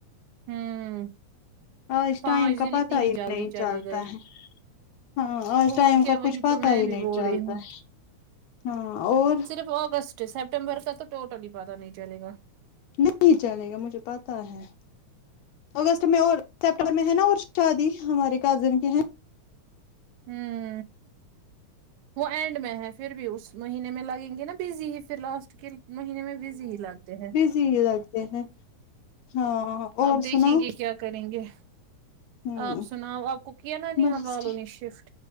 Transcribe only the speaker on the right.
ہوں
پانچ
دن
اتنی
جلدی
چلے
گئے
اور
کیا
وہی
تو میں
بھی
بول
رہی ہوں
اگسٹ سیپٹمبر کا تو ٹوٹلی پتاہ نہیں چلے گا
ہوں وہ اینڈ میں ہے پھر بھی اس مہینے میں لگیں گے نا بزی ہی پھر لاسٹ کے مہینے میں بزی ہی لگتے ہیں
آپ دیکھیں
گے کیا کریں گے
آپ سناؤ آپ کو کیا نانہال
والوں نے شفٹ